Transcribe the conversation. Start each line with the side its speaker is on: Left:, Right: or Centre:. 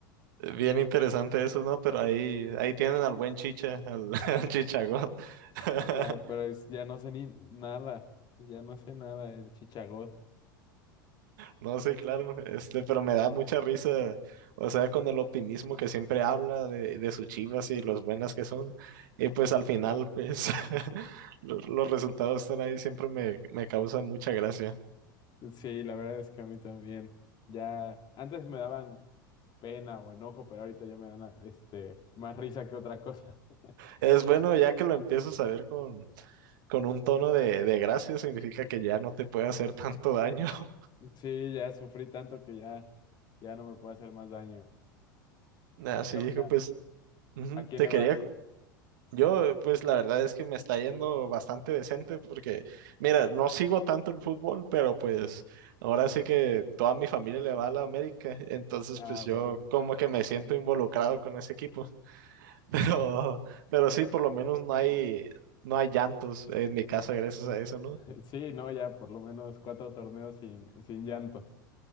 Right: Bien interesante eso, ¿no? Pero ahí, ahí tienen al buen Chicha, al, <laughs> al Chichagol. <laughs>
Left: No, pero es, ya no sé ni nada, ya no sé nada el chichagod.
Right: No, sí, claro, este, pero me da mucha risa, o sea, con el optimismo que siempre habla de, de sus chivas y los buenas que son, y pues al final, pues, <laughs> los, los resultados están ahí, siempre me, me causa mucha gracia.
Left: Sí, la verdad es que a mí también. Ya, antes me daban pena o enojo, pero ahorita ya me dan ah, este más risa que otra cosa. <laughs>
Right: Es bueno, ya que lo empiezas a ver con, con un tono de, de gracia, significa que ya no te puede hacer tanto daño. <laughs>
Left: Sí, ya sufrí tanto que ya, ya no me puede hacer más daño.
Right: Así
Left: ¿Tú ¿Qué onda?
Right: dijo, pues, ujú,
Left: ¿A quién
Right: te
Left: le
Right: quería
Left: vas?
Right: Yo, pues la verdad es que me está yendo bastante decente porque, mira, no sigo tanto el fútbol, pero pues ahora sí que toda mi familia le va a la América, entonces
Left: Ah,
Right: pues yo
Left: bueno.
Right: como que me siento involucrado con ese equipo, <laughs> pero, pero sí, por lo menos no hay, no hay llantos en mi casa gracias a eso, ¿no?
Left: <laughs> Sí, no, ya por lo menos cuatro torneos sin, sin llanto.